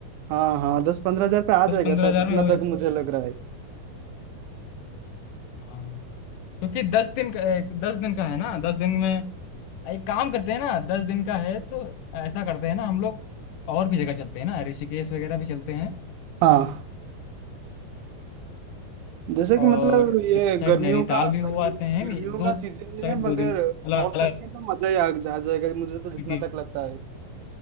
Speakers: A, on the right; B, on the left.
A: हाँ हाँ दस पंद्रह हजार पे आ जाएगा
B: दस पंद्रह
A: शायद
B: हजार
A: इतना
B: में हो
A: तक
B: जाएगा
A: मुझे लग रहा है
B: हाँ। क्योंकि दस दिन का ए, दस दिन का है ना दस दिन में एक काम करते हैं ना दस दिन का है तो ऐसा करते हैं ना हम लोग और भी जगह चलते हैं ना ऋषिकेश वगैरह भी चलते हैं
A: हाँ जैसे
B: और
A: कि मतलब ये
B: इस साइड
A: गर्मियों
B: नैनीताल
A: का
B: भी हो
A: गर्मी
B: आते हैं
A: गर्मियों
B: नहीं दो
A: का सीजन
B: साइड
A: है मगर
B: दो दिन अलग
A: नॉर्थ
B: अलग
A: साइड में तो मजा ही आ जा जाएगा मुझे तो जितना
B: सिटी।
A: तक लगता है